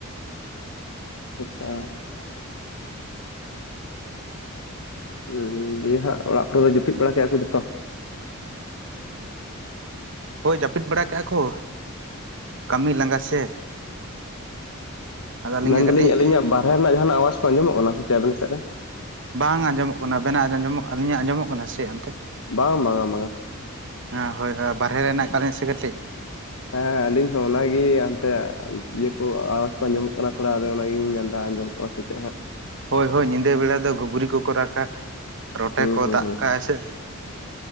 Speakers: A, on the left; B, on the right.
A: ᱟᱪᱪᱷᱟ᱾ ᱦᱩᱸ ᱫᱤᱭᱮ ᱦᱟᱸᱜ ᱚᱲᱟᱜ ᱠᱚᱨᱮ ᱫᱚ ᱡᱟᱹᱯᱤᱫ ᱵᱟᱲᱟ ᱠᱮᱫᱼᱟ ᱠᱚ ᱡᱷᱚᱛᱚ?
B: ᱦᱳᱭ ᱡᱟᱹᱯᱤᱫ ᱵᱟᱲᱟ ᱠᱟᱜᱼᱟ ᱠᱚ ᱠᱟᱹᱢᱤ ᱞᱟᱸᱜᱟ ᱥᱮ? ᱟᱫᱚ ᱟᱹᱞᱤᱧ
A: ᱢᱮᱱᱫᱟᱞᱤᱧ
B: ᱜᱮ ᱠᱟᱹᱴᱤᱡ
A: ᱟᱹᱞᱤᱧᱟᱜ ᱵᱟᱨᱦᱮ ᱨᱮᱱᱟᱜ ᱡᱟᱦᱟᱸ ᱟᱣᱟᱡᱽ ᱠᱚ ᱟᱸᱡᱚᱢᱚᱜ ᱠᱟᱱᱟ ᱥᱮᱥᱮᱫ ᱟᱵᱤᱱ ᱥᱮᱫ ᱨᱮ?
B: ᱵᱟᱝ ᱟᱸᱡᱚᱢᱚᱜ ᱠᱟᱱᱟ ᱟᱵᱮᱱᱟ ᱟᱸᱡᱚᱢᱚᱜ ᱠᱟᱱᱟ ᱟᱹᱞᱤᱧᱟᱜ ᱟᱸᱡᱚᱢᱚᱜ ᱠᱟᱱᱟ ᱥᱮ ᱚᱱᱛᱮ?
A: ᱵᱟᱝ ᱵᱟᱝᱟ ᱵᱟᱝᱟ᱾
B: ᱦᱮᱸ ᱦᱳᱭ ᱦᱳᱭ ᱵᱟᱨᱦᱮ ᱦᱮᱱᱟᱜ ᱠᱟᱫ ᱞᱤᱧᱟ ᱥᱮ ᱠᱟᱹᱴᱤᱡ᱾
A: ᱦᱮᱸ ᱟᱞᱤᱧ ᱦᱚᱸ ᱚᱱᱟᱜᱮ ᱦᱚᱱᱛᱮ ᱤᱭᱟᱹ ᱠᱚ ᱟᱣᱟᱡᱽ ᱠᱚ ᱟᱸᱡᱚᱢᱚᱜ ᱠᱟᱱᱟ ᱛᱷᱚᱲᱟ ᱟᱫᱚ ᱚᱱᱟᱜᱤᱧ ᱢᱮᱱ ᱫᱟ ᱟᱸᱡᱚᱢ ᱚᱣᱟᱜ ᱥᱮᱪᱮᱜ ᱦᱟᱸᱜ?
B: ᱦᱳᱭ ᱦᱳᱭ ᱧᱤᱫᱟᱹ ᱵᱮᱲᱟ ᱫᱚ ᱜᱷᱩᱩᱜᱨᱤ ᱠᱚ ᱠᱚ ᱨᱟᱜᱟ ᱨᱚᱴᱮ
A: ᱦᱩᱸ
B: ᱠᱚ
A: ᱦᱩᱸ
B: ᱫᱟᱜ
A: ᱦᱩᱸ
B: ᱠᱟᱜᱼᱟ ᱥᱮ